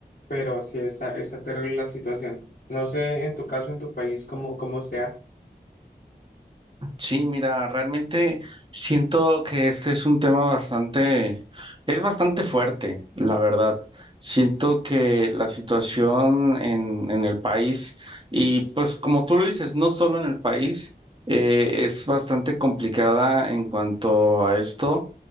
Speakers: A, on the left; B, on the right.
A: pero sí está, está terrible la situación. No sé en tu caso, en tu país, cómo, cómo sea.
B: Sí, mira, realmente siento que este es un tema bastante, es bastante fuerte, la verdad. Siento que la situación en, en el país, y pues como tú lo dices, no solo en el país, eh, es bastante complicada en cuanto a esto.